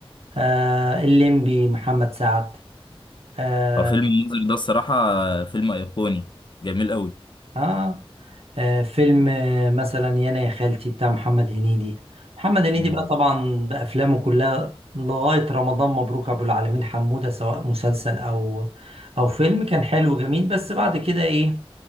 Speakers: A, on the right (about 75°); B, on the left (about 50°).
A: آه الليمبي محمد سعد اه,
B: هو فيلم الناظر ده الصراحة فيلم أيقوني جميل
A: آه آه، فيلم آه، مثلا يانا يا خالتي بتاع محمد هنيدي محمد هنيدي
B: أوي
A: بقى طبعا بأفلامه كلها لغاية رمضان مبروك أبو العالمين حمودة سواء مسلسل أو أو فيلم كان حلو وجميل بس بعد كده إيه